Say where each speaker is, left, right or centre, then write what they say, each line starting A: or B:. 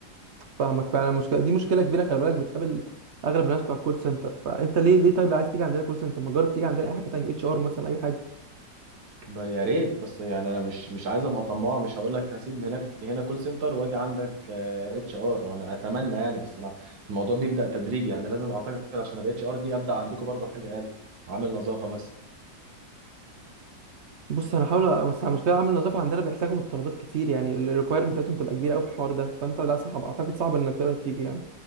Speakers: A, on the right (about 55°); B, on the right (about 80°).
A: فاهمك فعلا المشكله دي مشكله كبيره خلي بالك بتقابل اغلب الناس بتوع الكول سنتر فانت ليه ليه طيب عايز تيجي عندنا كول سنتر ما جرب تيجي عندنا اي حاجه تانية اتش ار مثلا اي حاجه
B: ما يا ريت بس يعني انا مش مش عايز ابقى طماع مش هقول لك هسيب هناك هنا كول سنتر واجي عندك اتش ار وانا اتمنى يعني بس انا الموضوع بيبدا تدريجي يعني لازم اعتقد عشان ابقى اتش ار دي ابدا عندكم برضه حاجه اقل عامل نظافه مثلا
A: بص انا هحاول بس المشكله عامل النظافه عندنا بيحتاجوا متطلبات كتير يعني الريكويرمنت بتاعتهم تبقى كبيره قوي في الحوار ده فانت لا صعب اعتقد صعب انك تقدر تيجي يعني